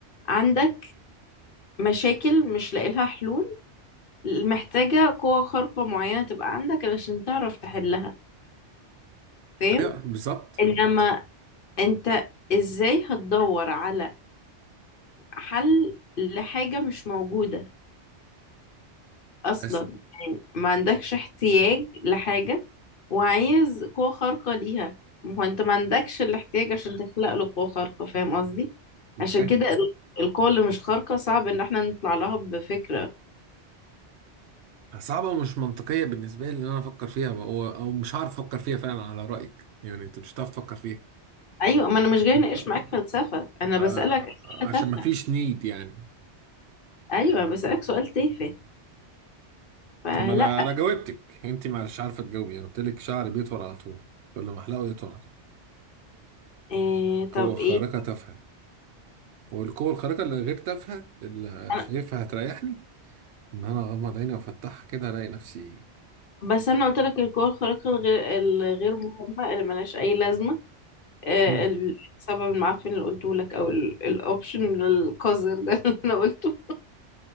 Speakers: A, on the left; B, on the right.
A: عندك مشاكل مش لاقي لها حلول محتاجة قوة خارقة معينة تبقى عندك علشان تعرف تحلها فاهم
B: ايوه بالظبط
A: إنما أنت ازاي هتدور على حل لحاجة مش موجودة أصلا
B: بس
A: يعني ما عندكش احتياج لحاجة وعايز قوة خارقة ليها ما هو أنت ما عندكش الاحتياج عشان تخلق له قوة خارقة فاهم قصدي؟
B: أنا
A: عشان
B: فاهم
A: كده ال- القوة اللي مش خارقة صعب إن احنا نطلع لها بفكرة
B: صعبة ومش منطقية بالنسبة لي ان انا افكر فيها او او مش هعرف افكر فيها فعلا على رأيك يعني انت مش هتعرف تفكر فيها
A: أيوة ما أنا مش جاي أناقش
B: آه،
A: معاك فلسفة أنا بسألك
B: آه،
A: أسئلة
B: عشان
A: تافهة
B: ما فيش نيد يعني
A: أيوة بسألك سؤال تافه فلا
B: طب ما انا انا جاوبتك انت ما مش عارفة تجاوبي انا قلت لك شعري بيطول على طول كل ما احلقه يطول على طول
A: إيه طب
B: قوة خارقة
A: إيه
B: تافهة والقوة الخارقة اللي غير تافهة اللي
A: أنا
B: شايفها هتريحني إن أنا أغمض عيني وأفتحها كده ألاقي نفسي
A: بس أنا قلت لك القوة الخارقة الغير الغير مهمة اللي ملهاش أي لازمة آه،
B: مم.
A: ال- السبب المعفن اللي قلته لك او ال- الاوبشن القذر ده <laughs> اللي انا قلته